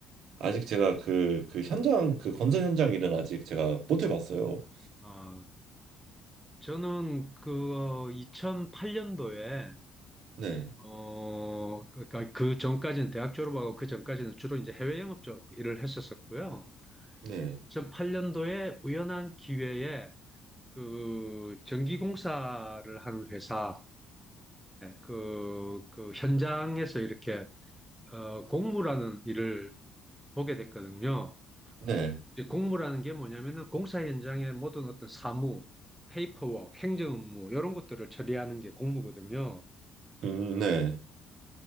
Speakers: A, on the right (about 65°); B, in the centre.
A: 아직 제가 그 그 현장 그 건설 현장 일은 아직 제가 못 해봤어요.
B: 어, 저는 그 2008년도에
A: 네.
B: 어, 그러니까 그 전까지는 대학 졸업하고 그 전까지는 주로 이제 해외 영업 쪽 일을 했었었고요.
A: 네,
B: 2008년도에 우연한 기회에 그 전기공사를 하는 회사에 그, 그 현장에서 이렇게 어, 공무라는 일을 보게 됐거든요.
A: 네,
B: 이제 공무라는 게 뭐냐면은 공사 현장의 모든 어떤 사무, 페이퍼워크, 행정 업무 이런 것들을 처리하는 게 공무거든요.
A: 음, 네.